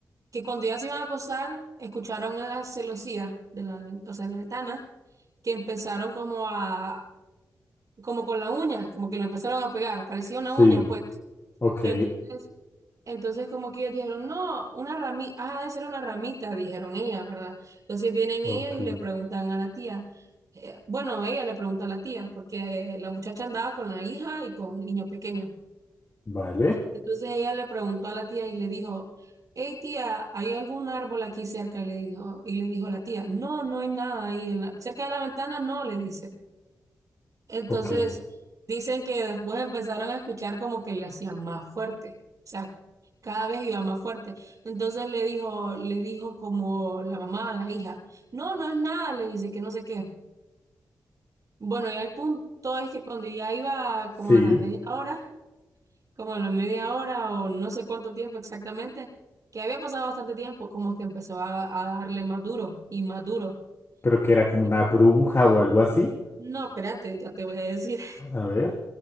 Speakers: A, on the right (about 55°); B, on the left (about 40°).
A: que cuando ya se iban a acostar, escucharon en la celosía, de la, ven- o sea, en la ventana, que empezaron como a, como con la uña, como que la empezaron a pegar, parecía una
B: Sí.
A: uña, pues.
B: Ok,
A: Entonces, entonces, como que ellos dijeron, no, una ramita, ha de ser una ramita, dijeron ellas, ¿verdad? Entonces vienen
B: ok.
A: ellas y le preguntan a la tía, eh, bueno, ella le pregunta a la tía, porque eh, la muchacha andaba con la hija y con el niño pequeño.
B: Vale,
A: Entonces ella le preguntó a la tía y le dijo, hey tía, ¿hay algún árbol aquí cerca? Y le dijo, y le dijo la tía, no, no hay nada ahí, en la- cerca de la ventana no, le dice. Entonces,
B: ok.
A: dicen que después empezaron a escuchar como que le hacían más fuerte, o sea, cada vez iba más fuerte. Entonces le dijo, le dijo como la mamá a la hija, no, no es nada, le dice que no sé qué. Bueno, ya el punto es que cuando ya iba como
B: Sí.
A: a las media hora, como a la media hora o no sé cuánto tiempo exactamente, que había pasado bastante tiempo, como que empezó a, a darle más duro y más duro.
B: Pero que era como
A: Y,
B: una bruja o algo así.
A: No, espérate, ya te voy a decir.
B: A ver,